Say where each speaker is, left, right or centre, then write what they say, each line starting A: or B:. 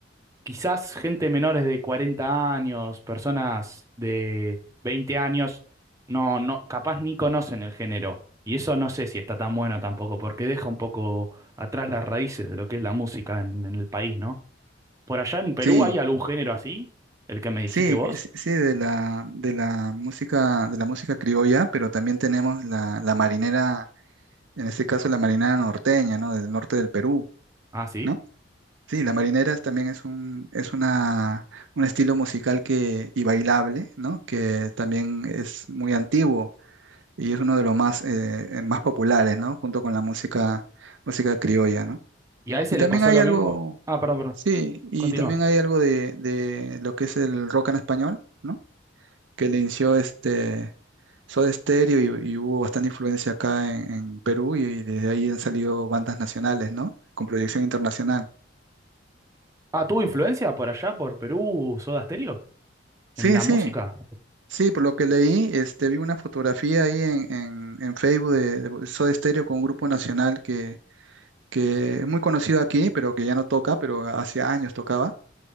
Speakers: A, on the right; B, on the right.
A: Quizás gente menores de 40 años, personas de 20 años, no, no, capaz ni conocen el género. Y eso no sé si está tan bueno tampoco, porque deja un poco atrás las raíces de lo que es la música en, en el país, ¿no? Por allá en Perú
B: Sí,
A: hay algún género así, el que me dijiste
B: sí,
A: vos.
B: sí, sí, de la, de la música, de la música criolla, pero también tenemos la, la marinera, en este caso la marinera norteña, ¿no? Del norte del Perú,
A: Ah, sí.
B: ¿no? Sí, la
A: ¿Y
B: marinera es- también es un, es una, un estilo musical que, y bailable, ¿no? Que también es muy antiguo. y es uno de los más, eh, eh, más populares, ¿no? Junto con la música, música criolla, ¿no?
A: y a ese
B: Y también
A: le pasó
B: hay
A: lo
B: algo,
A: mismo? Ah, perdón, perdón.
B: sí, y
A: Continúa.
B: también hay algo de, de lo que es el rock en español, ¿no? Que le inició este Soda Stereo y, y hubo bastante influencia acá en, en Perú y, y desde ahí han salido bandas nacionales, ¿no? Con proyección internacional.
A: Ah, ¿tuvo influencia por allá, por Perú, Soda Stereo,
B: Sí,
A: en la
B: sí.
A: música?
B: Sí, por lo que leí, este, vi una fotografía ahí en, en, en Facebook de, de Soda Stereo con un grupo nacional que, que es muy conocido aquí, pero que ya no toca, pero hace años tocaba,